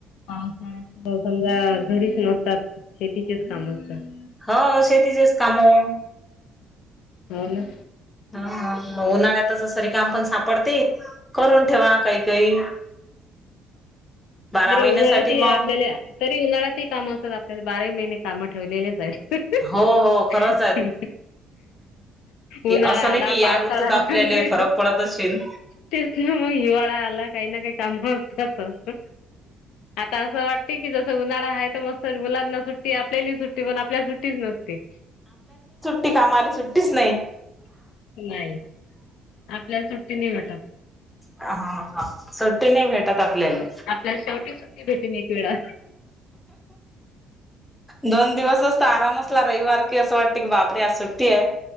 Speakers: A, on the left; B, in the centre.
A: पावसाळ्यात समजा घरीच नसतात. शेतीचेच काम असतात.
B: हो शेतीचेच कामं
A: हो ना
B: हा हा म उन्हाळ्यातच अस रिकाम पण सापडते करून ठेवा काही काही बारा
A: तरी
B: महिन्यासाठी
A: उन्हाळ्यातही
B: मग.
A: आपल्याला तरी उन्हाळ्यातही कामं असतात आपल्याला बाराही महिने कामं ठेवलेलेच हाइत.
B: हो हो
A: <unintelligible>
B: खरंच आहे
A: उन्हाळा
B: असं
A: आला
B: नाही की या
A: पावसाळा
B: ऋतूत आपल्याला
A: आला.
B: फरक पडत असशील
A: तेच ना म हिवाळा आला काही ना काही काम असतातच. आता असं वाटते की जसं उन्हाळा हाय तर मस्त मुलांना सुट्टी आपल्याली सुट्टी पण आपल्या सुट्टीच नसते.
B: ती कामाले सुट्टीच नाई
A: नाही आपल्याला सुट्टी नाही भेटत.
B: हा का सुट्टी नाही भेटत आपल्याले.
A: आपल्याला शेवटी सुट्टी भेटेन एक वेळा.
B: दोन दिवसच तर आराम असला रविवार की असं वाटते की बापरे आज सुट्टी हाय.